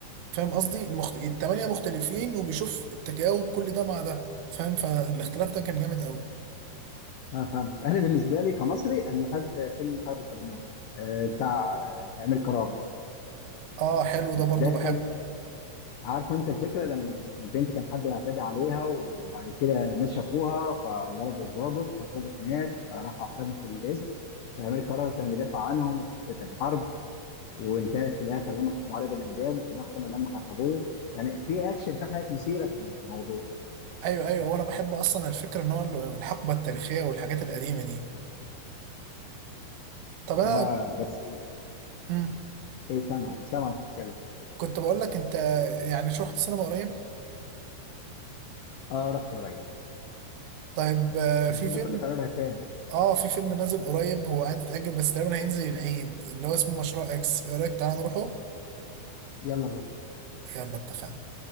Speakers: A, on the right (about 85°); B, on the left (about 80°).
A: فاهم قصدي مخت... التمانية مختلفين وبيشوف التجاوب كل ده مع ده فاهم فالاختلاف ده كان جامد قوي
B: انا فاهمك انا بالنسبه لي كمصري انا بحب فيلم قلب كرموز آه، بتاع آه، امير كرارة
A: اه حلو
B: ده
A: ده برضو بحبه
B: كان عارف انت الفكره لما البنت كان حد يعتدي عليها وبعد كده ناس شافوها فضربوا الضابط فالضابط مات فراح اعتقلوا في القسم فامير كرارة كان بيدافع عنهم وحصلت الحرب وانتهت في الاخر ان هم حكموا عليه بالاعدام وفي الاخر طلعوا ان هم هربوه يعني في اكشن في حاجات مثيره في الموضوع
A: ايوه ايوه وانا بحب اصلا الفكرة ان هو ال- الحقبة التاريخية والحاجات القديمة دي طب انا
B: اه بس ايه
A: مم.
B: إيه، سامعك سامعك اتكلم
A: كنت بقول لك انت يعني شو رحت السينما قريب
B: اه رحت قريب
A: طيب آه،
B: بس
A: في فيلم
B: ممكن نكررها تاني
A: اه في فيلم نازل قريب هو قاعد يتأجل بس تقريبا هينزل العيد اللي هو اسمه مشروع اكس ايه رأيك تعالى نروحه
B: يلا نروح
A: يلا اتفقنا